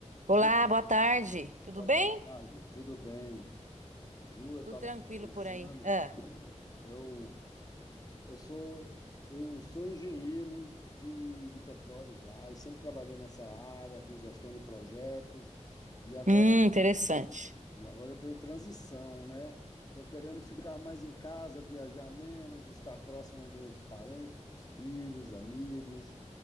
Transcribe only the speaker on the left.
Ju,
boa
tarde, tudo bem? Ju, eu estava
aqui pensando,
eu, eu sou, eu sou engenheiro de, de petróleo e gás, sempre trabalhei nessa área com gestão de projetos e agora,
e agora eu estou em transição, né? Estou querendo ficar mais em casa, viajar menos, estar próximo dos parentes, dos filhos, amigos,